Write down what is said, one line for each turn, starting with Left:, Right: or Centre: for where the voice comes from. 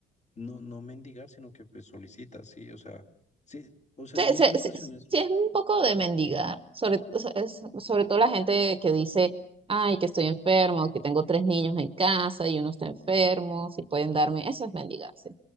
Left: no, no mendigar, sino que pues solicita, sí, o sea, sí, o sea,
Right: Sí,
Left: en muchas
Right: sí,
Left: ocasiones,
Right: sí, sí es un poco de mendigar, sobre, o sea, es- sobre todo la gente que dice, ay, que estoy enfermo, o que tengo tres niños en casa y uno está enfermo, si pueden darme, eso es mendigarse.